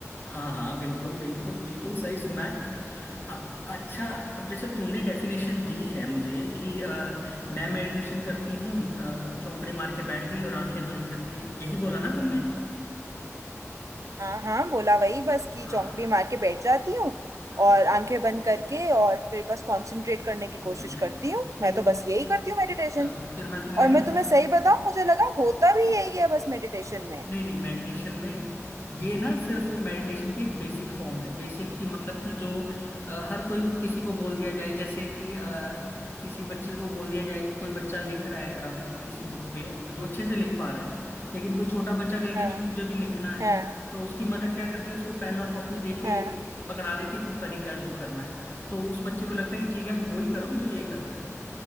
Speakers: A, on the left; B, on the right.
A: हाँ हाँ बिल्कुल बिल्कुल बिल्कुल सही सुना है अब अच्छा अब जैसे तुमने डेफिनेशन दी है मुझे कि अ, मैं मेडिटेशन करती हूँ अ, चौकड़े मार के बैठ गई और आंखें बंद करके यही बोला ना तुमने
B: हाँ हाँ बोला वही बस कि
A: हाँ
B: चौंकड़ी मार के बैठ जाती हूँ
A: हाँ
B: और आंखें बंद करके और फिर बस कंसंट्रेट करने की
A: कॉन्सेंट्रेट
B: कोशिश करती
A: करती
B: हूँ
A: हूँ ठीक
B: मैं तो बस
A: है
B: यही करती हूँ मेडिटेशन
A: चलो फिर मैं तुम्हें
B: और
A: ना
B: मैं तुम्हें सही बताऊँ मुझे लगा होता भी यही है बस मेडिटेशन में
A: नहीं नहीं मेडिटेशन में ये ना सिर्फ मेडिटेशन की एक बेसिक फॉर्म है बेसिक की मतलब कि जो अ, हर कोई किसी को बोल दिया जाए जैसे कि अ, किसी बच्चे को बोल दिया जाए कि कोई बच्चा लिख रहा है अ, किसी बुक पे जो अच्छे से लिख पा रहा है लेकिन कोई छोटा बच्चा कहे कि
B: हाँ
A: नहीं मुझे भी लिखना है
B: हाँ
A: तो उसकी मदर क्या करती है उसको पेन और कॉपी दे के
B: हाँ
A: पकड़ा देती तू करी जा जो करना है तो उस बच्चे को लगता है कि ठीक है मैं वही कर रहा हूँ जो ये कर रहा है